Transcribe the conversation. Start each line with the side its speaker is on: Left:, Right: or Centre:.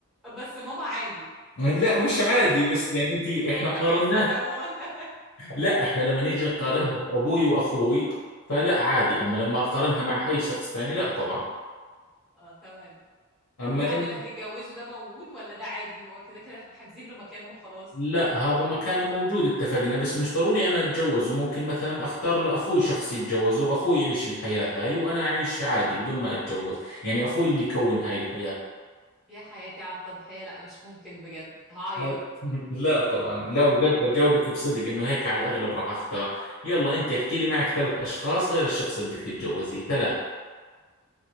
Centre: بس ماما عادي
Left: <laughs> لا مش عادي بس يعني أنت
Centre: انت
Left: إحنا
Centre: يومك
Left: قارناه
Centre: اسود عموما <laughs>
Left: لا إحنا لما نيجي نقارنها في أبوي وأخوي فلا عادي أما لما أقارنها مع أي شخص ثاني لا طبعا
Centre: اه تمام
Left: أما
Centre: والحد
Left: إن
Centre: اللي هتتجوزه ده موجود ولا ده عادي هو كده كده احنا حاجزين له مكان وخلاص
Left: لا هذا مكانه موجود اتفقنا بس مش ضروري انا اتجوز وممكن مثلا اختار لاخوي شخص يتجوز واخوي يعيش الحياة هاي وانا اعيش عادي بدون ما اتجوز يعني اخوي اللي يكون هاي الحياة
Centre: يا حياتي على التضحية لا مش ممكن بجد هعيط
Left: لا <laughs> لا طبعا لا وجد بجاوبك بصدق انه هيك على الاغلب راح اختار يلا انت احكي لي معك ثلاث اشخاص غير الشخص اللي بدك تتجوزيه ثلاث